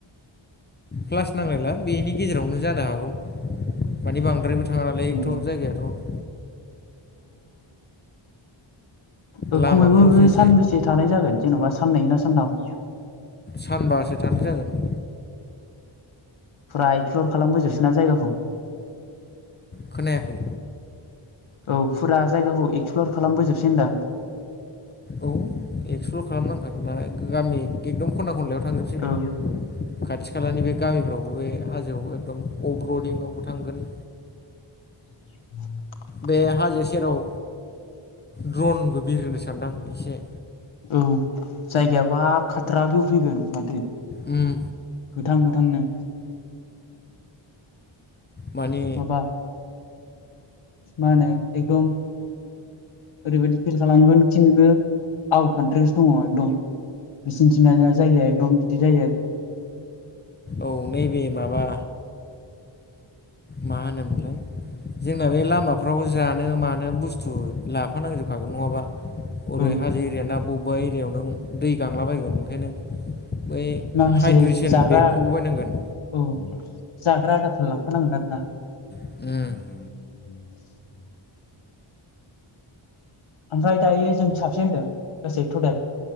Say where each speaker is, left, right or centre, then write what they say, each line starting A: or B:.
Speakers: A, on the left; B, on the left.
A: क्लास नांलायला बेनि गेजेरावनो जानो हागौ माने बांद्रायबो थाङांलै
B: उम,
A: एथ' जायगायाथ'
B: ओ
A: लामाफ्रावसो
B: खमैबो बे
A: एसे
B: सानबै से थानाय जागोन जेनेबा साननै ना सानथाम?
A: सानबासो थानाय जागोन।
B: फुरा एक्सप्लर खालामबोजोबसैना जायगाखौ।
A: खोनायाखै?
B: औ फुरा जायगाखौ एक्सप्लर खालामबोजोबसै होनदां।
A: औ एक्सप्लर खालामनांखागोन नालाय गामि एकदम खनना खनलायाव थांजोबनोसै ब्रा।
B: औ
A: खाथि खालानि बे गामिफ्रावबो बे हाजोआव एकदम अभार आवबो थांगोन।
B: <inaudible>
A: बे हाजो सेराव द्रनबो बिरहोनो सानदां एसे।
B: औ जायगायाबा खाथ्रा भिउ फैगोन माथो।
A: ओम
B: गोथां गोथांनो।
A: माने
B: माबा मा होनो एकदम ओरैबायदि फिल खालामगोन खि नोङो आउट कान्ट्रिआवसो दङ एकदम। बिसिनि थिं जायगाया एकदम बिदि जायो आरो।
A: औ नैबे माबा मा होनोमलाय जोंना बे लामाफ्राव जानो मानो बुस्थु लाफानांजोबखागोन नङाबा ओरै
B: औ
A: हाजो एरियाना बबेबा एरियायाव नो दै गांला बायगोन बे ओंखायनो बै
B: माखासे
A: हाइद्रेसन
B: जाग्रा
A: बेगखौबो बायनांगोन
B: औ जाग्रा आदारफोर लांफानांगोन आरोना।
A: उम
B: <inaudible> ओमफ्राय दायो जों साबसे होनदों गासै टटेल?